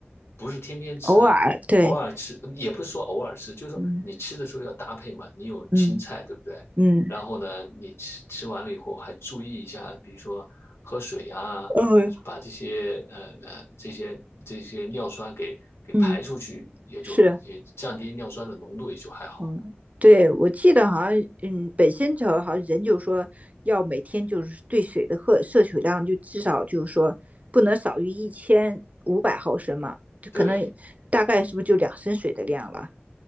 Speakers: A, on the left; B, on the right.
A: 不是天天吃，
B: 偶尔对，
A: 偶尔吃，也不是说偶尔吃，就是说你吃的时候要搭配嘛，
B: 嗯
A: 你有青菜，
B: 嗯
A: 对不对？
B: 嗯，
A: 然后呢，你吃吃完了以后还注意一下，比如说喝水呀，
B: 嗯
A: 把这些呃呃这些这些尿酸给给排出去，
B: 嗯
A: 也就也降低尿酸的浓度，
B: 是，
A: 也就还好。
B: 嗯，对我记得好像，嗯，北仙桥好像人就说要每天就是对水的喝摄取量就至少就是说不能少于一千五百毫升嘛，就可能大概是不是就两升水的量了？
A: 对，